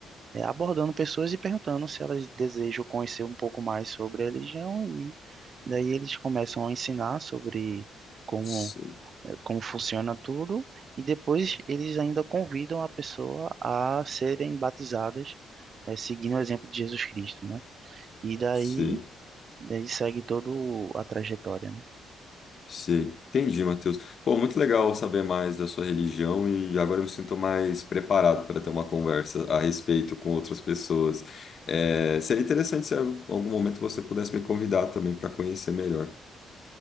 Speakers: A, on the right (about 50°); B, on the left (about 50°).
A: é, abordando pessoas e perguntando se elas desejam conhecer um pouco mais sobre a religião e daí eles começam a ensinar sobre como
B: Sei,
A: eh, como funciona tudo e depois eles ainda convidam a pessoa a serem batizadas eh, seguindo o exemplo de Jesus Cristo, né? E daí
B: sei,
A: ele segue todo a trajetória, né?
B: sei. Entendi, Matheus. Pô, muito legal saber mais da sua religião e agora eu me sinto mais preparado para ter uma conversa a respeito com outras pessoas. É, seria interessante se em algum momento você pudesse me convidar também para conhecer melhor.